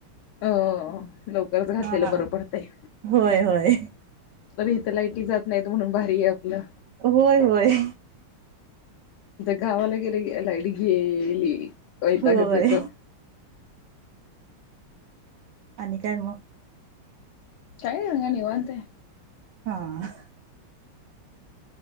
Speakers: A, on the left; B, on the right.
A: ओ ओ लवकरच घातलेलं
B: हा
A: बरं पडतंय.
B: होय होय
A: बर इथं लाईटी जात नाइत म्हणून भारीयाय आपलं.
B: होय व्हय.
A: गावाला गेलं की लाइट गेली वैतागच
B: होय
A: येतो.
B: आणि काय म?
A: काय <unintelligible> निवांत.
B: हा आ.